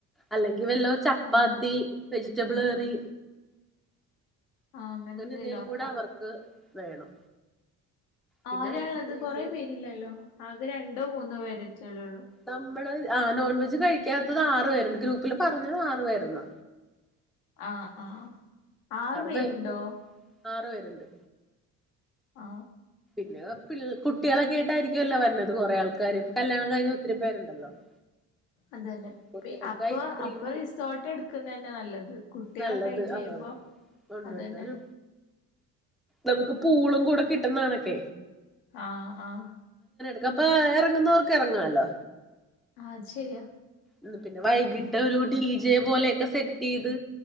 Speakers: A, in the centre; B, on the left.
A: അല്ലെങ്കിൽ വല്ലോ ചപ്പാത്തി
B: ആഹ്
A: വെജി വെജിറ്റബിൾ കറി
B: ആ അങ്ങനെ എന്തെങ്കിലും
A: എന്തേലും
B: ആക്കാം
A: കൂടെ അവർക്ക് വേണം പിന്നെ
B: ആരാള്ളത്.
A: ഐസ്ക്രീമ്
B: കൊറേ പേരില്ലല്ലോ. ആകെ രണ്ടോ മൂന്നോ പേരുവെച്ച് അല്ലേ ഉള്ളൂ
A: നമ്മള് ആ നോൺ വെജ് കഴിക്കാത്തത് ആറു പേരുണ്ട് ഗ്രൂപ്പില് പറഞ്ഞതാറ് പേരന്ന
B: ആ ആ ആറു പേരുണ്ടോ
A: പേർക്ക് ആറു പേരുണ്ട്
B: ആ
A: പിന്നെ കുട്ടികളൊക്കെയിട്ടായിരിക്കും അല്ലോ വന്നത് കൊറേ ആൾക്കാര് കല്യാണം കഴിഞ്ഞ ഒത്തിരി പേരുണ്ടല്ലോ <inaudible>
B: അത് തന്നെ
A: കുട്ടികൾക്ക്
B: അപ്പ
A: ഐസ്ക്രീമ്
B: അപ്പൊ റിസോർട്ട് എടുക്കുന്ന തന്നെ നല്ലത് കുട്ടികളക്കായിട്ട്
A: നല്ലത് ആ
B: വരുമ്പോ
A: ഉണ്ട്ണ്ട്
B: അത് തന്നെ
A: ഒരു നമുക്ക് പൂളും കൂടെ കിട്ടുന്നകണക്കെ
B: ആഹ ആഹ
A: ഇതാപ്പോ റങ്ങുന്നവർക്ക് എറങ്ങാലോ
B: അ അത് ശരിയാ
A: ഉം പിന്നെ വൈകിട്ട് ഒരു ഡി ജെ പോലെയൊക്കെ സെറ്റ് ചെയ്ത്